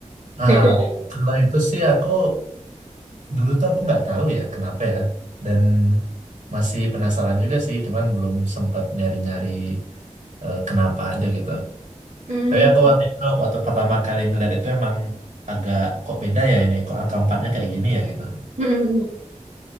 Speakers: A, on the right (about 65°); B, on the right (about 80°).
A: beda?
B: Ah,
A: ya?
B: kalau itu sih aku dulu tuh aku nggak tahu ya kenapa ya dan masih penasaran juga sih cuman belum sempat nyari-nyari eh, kenapa aja gitu
A: Hmm.
B: tapi aku waktu itu waktu pertama kali ngeliat itu emang agak kok beda ya ini kok angka empatnya kayak gini ya gitu
A: Hmm. hmm.